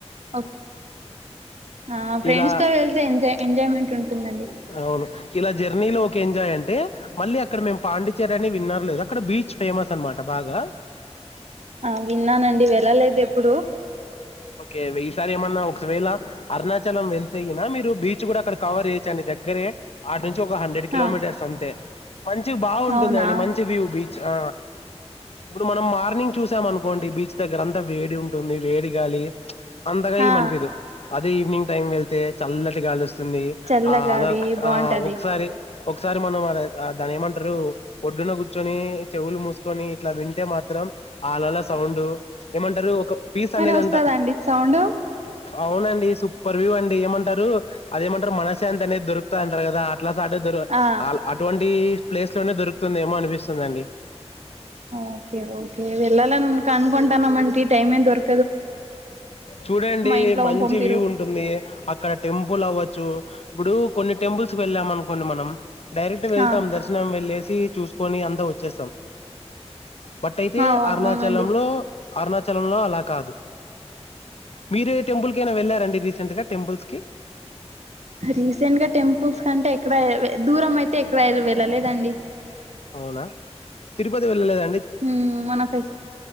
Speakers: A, on the right (about 75°); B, on the left (about 65°).
A: ఒకే ఆ ఫ్రెండ్స్
B: ఇలా
A: తో వెళ్తే ఎంజాయ్ ఎంజాయ్మెంట్ ఉంటుందండి
B: అవును ఇలా జర్నీలో ఒక ఎంజాయ్ అంటే మళ్ళీ అక్కడ మేము పాండిచేరి అని విన్నారో లేదో అక్కడ బీచ్ ఫేమస్ అన్నమాట బాగా
A: ఆ విన్నానండి వెళ్ళలేదు ఎప్పుడు
B: ఓకే వీసారి ఏమన్నా ఒకవేళ అరుణాచలం వెళ్ మీరు బీచ్ గుడక్కడ కవర్ చెయొచ్చండి దగ్గరే నుంచి ఒక హండ్రెడ్ కిలోమీటర్స్
A: ఆ
B: అంతే మంచిగ బాగుంటుందండి
A: అవునా
B: మంచి వ్యూ బీ ఆ ఇప్పుడు మనం మార్నింగ్ చూసామనుకోండి బీచ్ దగ్గర అంతా వేడి ఉంటుంది వేడి గాలి అందగా ఈమనిపీదు
A: ఆ
B: ఈవినింగ్ టైమ్ వెళ్తే చల్లటి గాలి వస్ తుంది
A: చల్లగాలి
B: ఆ అలా
A: బాగుంటది
B: ఆ ఒకసారి ఒకసా సారి మనం దాని ఏమంటరు ఒడ్డున కుర్చొని చెవులు మూసుకొని ఇట్ల వింటే మాత్రం ఆలళస్ సౌండ్ ఏమంటారు ఒక పీస్ అనేది
A: వస్తాద
B: అంట
A: అండి సౌండు
B: అవునండి సూపర్ వ్యూ అండి ఏమంటారు, అదేమంటారు మనశాంతనేది దొరుకుతా అంటారు గదా అట్లా సాటే దరు
A: ఆ
B: అటువంటి ప్లేస్ లోనే దొరుకుతుందేమో అనిపిస్తుందండి
A: ఓకే ఓకే వెళ్లాలనుంది కనుకోకొంటాన మంటీ టైమే దొరు
B: చూడండి
A: ఇంట్లో
B: మంచి
A: పంపిరు
B: వ్యూ ఉంటుంది అక్కడ టెం పుల్ అవ్వచ్చు ఇప్పుడు కొన్ని టెంపుల్స్ కి వెళ్ళాం అనుకోండి మనం డైరెక్ట్ వెళ్తాం
A: ఆ
B: దర్శనం వెళ్ళేసి ది చూస్కోని అంద వచ్చేసాం బట్టైతే
A: ఆ
B: అరుణాచలం
A: అవునండి
B: లో అరుణా చలంలో అలా కాదు మీరే టెంపుల్కైనా వెళ్ళారండి రీసెంట్ గా టెంపుల్స్ కి
A: రీసెంట్ గా టెంపుల్స్ కంటే క్కడ దూరమైతే ఇక్కడ వెళ్ళలేదండి
B: అవునా తిరుపతి వెళ్ళలేదా
A: హ్మ్ మనఫెస్